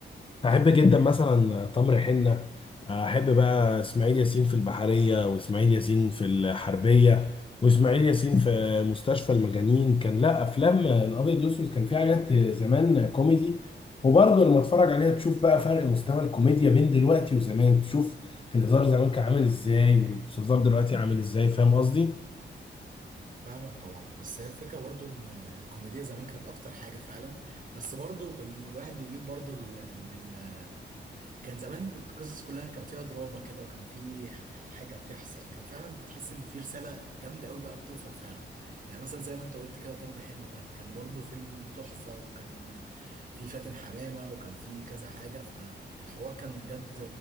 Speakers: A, on the left; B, on the right.
A: احب جدا مثلا تمر حنه احب بقى اسماعيل ياسين في البحريه واسماعيل ياسين في الحربيه واسماعيل ياسين في مستشفى المجانين كان لا افلام الابيض والاسود كان في حاجات زمان كوميدي وبرضه لما اتفرج عليها تشوف بقى فرق مستوى الكوميديا بين دلوقتي وزمان تشوف الهزار زمان كان عامل ازاي والهزار دلوقتي عامل ازاي فاهم قصدي؟
B: فاهمك طبعا بس هي الفكرة برضو ان الكوميديا زمان كانت اكتر حاجة فعلا بس برضو كان الواحد بيميل برضو لل... لل... كان زمان القصص كلها كان فيها دراما كده وكان في حاجة بتحصل كان فعلا تحس ان في رسالة جامدة قوي بقى بتوصل فعلا يعني مثلا زي ما انت قلت كده تمر حنة ده كان برضو فيلم تحفة وكان في فاتن حمامة وكان في كذا حاجة فالحوار كان بجد